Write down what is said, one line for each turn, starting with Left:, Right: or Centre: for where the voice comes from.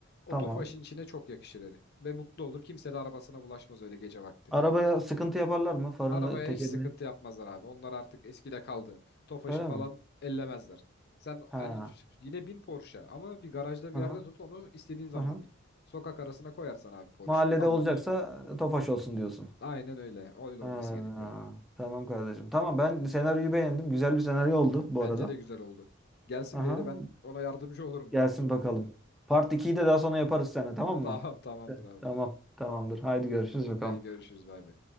Left: O
Centre: Tamam.
Left: tofaşın içine çok yakışır Harry. Ve mutlu olur. Kimse de arabasına bulaşmaz öyle gece vakti.
Centre: Arabaya sıkıntı yaparlar mı? Farını,
Left: Arabaya
Centre: tekerini.
Left: hiç sıkıntı yapmazlar abi. Onlar artık eskide kaldı. Tofaş'ı
Centre: Öyle
Left: falan
Centre: mi?
Left: ellemezler. Sen
Centre: Ha.
Left: hani yine bin Porsche ama bir garajda
Centre: Hı
Left: bir yerde
Centre: hı.
Left: tut onu istediğin zaman
Centre: Hı hı.
Left: bin. Sokak arasına koyarsan abi Porsche'u
Centre: Mahallede
Left: alırlar.
Centre: olacaksa Tofaş olsun diyorsun.
Left: Aynen öyle. Öyle
Centre: Ha,
Left: olması gerekiyor. onun.
Centre: tamam kardeşim. Tamam ben senaryoyu beğendim. Güzel bir senaryo oldu bu
Left: Bence
Centre: arada.
Left: de güzel oldu. Gelsin
Centre: Aha.
Left: bir yere ben ona yardımcı olurum
Centre: Gelsin
Left: burada.
Centre: bakalım. Part 2'yi de daha sonra yaparız seninle tamam
Left: <laughs>
Centre: mı?
Left: Tamam tamamdır abi.
Centre: Tamam. Tamamdır. Haydi görüşürüz bakalım.
Left: Hadi görüşürüz bay bay.